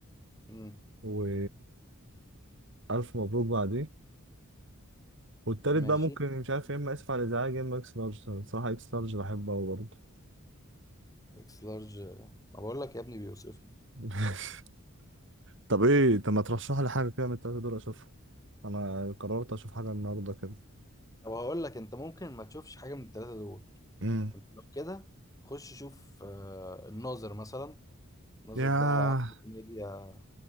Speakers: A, on the left; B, on the right.
A: مم،
B: و الف مبروك بعديه والتالت
A: ماشي
B: بقى ممكن مش عارف يا اما اسف على الازعاج يا اما اكس لارج صراحه اكس لارج بحبه قوي برضه
A: اكس لارج آه، ما بقول لك يا ابني بيوصفني
B: <laughs> طب ايه طب ما ترشح لي حاجه كده من التلاته دول اشوفها انا قررت اشوف حاجه النهارده كده
A: طب هقول لك انت ممكن ما تشوفش حاجه من الثلاثه دول
B: امم
A: انت لو كده خش شوف آه، الناظر مثلا الناظر
B: ياه
A: ده احلى كوميديا